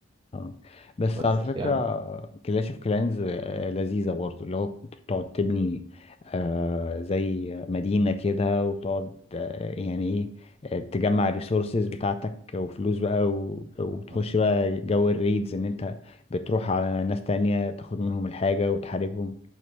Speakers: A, on the left; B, on the right.
A: اه بس
B: بس
A: على فكرة
B: يعني
A: كلاش اوف كلانز آه، لذيذة برضه اللي هو كنت بتقعد تبني آه زي مدينة كده وتقعد آه يعني ايه آه، تجمع الريسورسز بتاعتك وفلوس بقى و- وبتخش
B: آه.
A: بقى جو الريدز ان انت بتروح على ناس تانية تاخد منهم الحاجة وتحاربهم